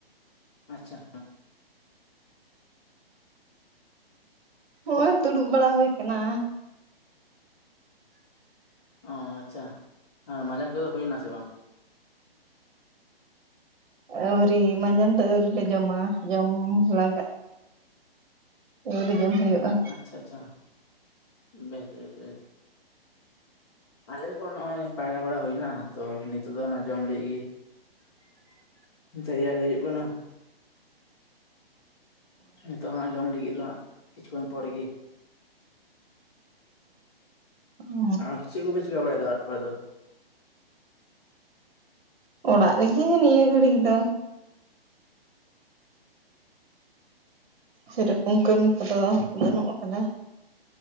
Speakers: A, on the left; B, on the right.
A: ᱟᱪᱪᱷᱟ
B: ᱦᱚᱸᱜ ᱚᱭ ᱫᱩᱲᱩᱵ ᱵᱟᱲᱟ ᱦᱩᱭ ᱠᱟᱱᱟ
A: ᱚ ᱟᱪᱪᱷᱟ ᱟᱨ ᱢᱟᱡᱟᱱ ᱠᱚᱫᱚ ᱦᱩᱭᱱᱟ ᱥᱮ ᱵᱟᱝ?
B: ᱟᱹᱣᱨᱤ ᱢᱟᱡᱟᱱ ᱫᱚ ᱟᱹᱣᱨᱤ ᱞᱮ ᱡᱚᱢᱟ ᱡᱚᱢ ᱞᱟᱸᱜᱟᱜ ᱟᱹᱣᱨᱤ ᱡᱚᱢ ᱦᱳᱭᱳᱜᱼᱟ᱾
A: ᱟᱪᱪᱷᱟ ᱟᱪᱪᱷᱟ ᱵᱮᱥ ᱵᱮᱥ ᱵᱮᱥ ᱟᱞᱮ ᱠᱚ ᱱᱚᱜᱼᱚᱭ ᱯᱟᱭᱨᱟ ᱵᱟᱲᱟ ᱦᱩᱭᱱᱟ, ᱛᱚ ᱱᱤᱛᱚᱜ ᱫᱚ ᱚᱱᱟ ᱡᱚᱢ ᱞᱟᱹᱜᱤᱫ ᱜᱤ ᱛᱮᱭᱟᱨᱤ ᱦᱩᱭᱩᱜ ᱠᱟᱱᱟ᱾ ᱱᱤᱛᱚᱜ ᱦᱟᱸᱜ ᱡᱚᱢ ᱞᱟᱹᱜᱤᱫ ᱫᱚ ᱦᱟᱸᱜ ᱠᱤᱪᱷᱩ ᱠᱷᱚᱱ ᱯᱚᱨ ᱜᱤ
B: ᱚ
A: ᱟᱨ ᱪᱮᱫ ᱠᱚᱯᱮ ᱪᱮᱟᱹᱠᱟ ᱵᱟᱲᱟᱭᱮᱫᱟ ᱚᱲᱟᱜ ᱠᱚᱨᱮ ᱫᱚ?
B: ᱚᱲᱟᱜ ᱨᱮᱜᱮ ᱱᱤᱭᱟᱹ ᱜᱷᱟᱹᱲᱤᱡ ᱫᱚ। ᱥᱮᱨᱚᱠᱚᱢ ᱠᱟᱹᱢᱤ ᱠᱚᱫᱚ ᱵᱟᱹᱱᱩᱜ ᱟᱠᱟᱫᱟ।